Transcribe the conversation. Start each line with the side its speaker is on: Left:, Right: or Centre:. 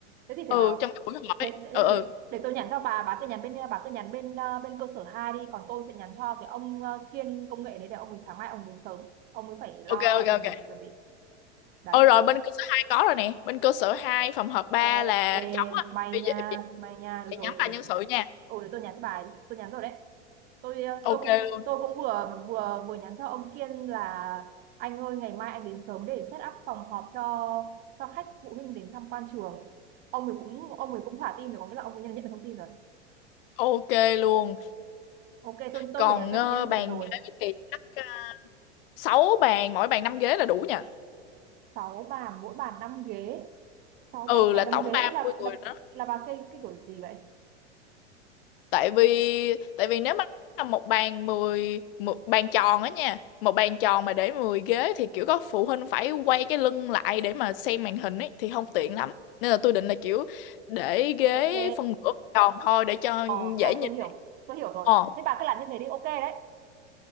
Right: thế thì phải
Left: ừ
Right: bảo
Left: trong cái buổi họp ấy
Right: thế
Left: ừ
Right: để,
Left: ừ
Right: để, để tôi nhắn cho bà bà cứ nhắn bên bà cứ nhắn bên ờ, bên cơ sở 2 đi còn tôi sẽ nhắn cho cái ông ờ, kiên công nghệ đấy để ông ấy sáng mai ông đến sớm ông ấy phải lo
Left: ok ok
Right: chuẩn
Left: ok
Right: bị chuẩn bị đấy
Left: ừ rồi
Right: bạn
Left: bên cơ sở hai có rồi nè bên cơ sở 2 phòng họp ba
Right: ok
Left: là trống á
Right: may
Left: bây
Right: nha
Left: giờ bây
Right: may nha được
Left: giờ
Right: rồi
Left: nhắm là
Right: để,
Left: nhân sự nha
Right: ừ để tôi nhắn cho bà tôi nhắn rồi đấy tôi ờ,
Left: ok
Right: tôi cũng
Left: luôn
Right: tôi cũng vừa vừa vừa nhắn cho ông Kiên là anh ơi ngày mai anh đến sớm để set up phòng họp cho cho khách phụ huynh đến tham quan trường ông ấy cũng ông ấy cũng thả tin rồi có nghĩa là ông ấy nhận nhận được thông tin rồi
Left: ok luôn
Right: ok tôi tôi
Left: còn
Right: vừa nhắn cho
Left: ờ,
Right: chị nhân
Left: bàn
Right: sự rồi
Left: ghế thì chắc ờ, sáu bàn mỗi bàn 5 ghế là đủ nha
Right: sáu bàn mỗi bàn 5 ghế sáu
Left: ừ
Right: bàn mỗi
Left: là
Right: bàn 5
Left: tổng
Right: ghế
Left: 30
Right: là
Left: người
Right: là
Left: đó
Right: là bà cây cái kiểu gì vậy
Left: tại vì tại vì nếu mà là một bàn 10 một bàn tròn á nha một bàn tròn mà để 10 ghế thì kiểu có phụ huynh phải quay cái lưng lại để mà xem màn hình ấy thì không tiện lắm nên là tôi định là kiểu để ghế
Right: ok
Left: phân nửa tròn thôi để cho
Right: ờ
Left: dễ
Right: ờ
Left: nhìn
Right: tôi hiểu tôi hiểu rồi
Left: ờ
Right: thế bà cứ làm như thế đi ok đấy